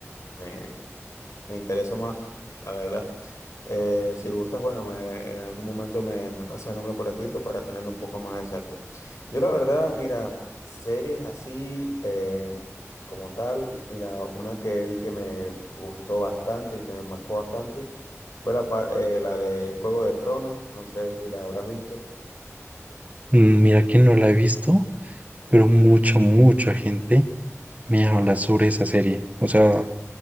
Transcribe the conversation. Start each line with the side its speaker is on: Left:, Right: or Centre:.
Left: me, me interesa más, la verdad. Eh, si gustas, bueno, me- en algún momento me, me pasa el nombre por escrito para tenerlo un poco más exacto. Yo la verdad, mira, series así eh, como tal, mira, una que vi que me gustó bastante y que me marcó bastante fue la, par- eh, la de Juego de Tronos, no sé si la habrás visto.
Right: Mm, Mira que no la he visto, pero mucha, mucha gente me habla sobre esa serie. O sea,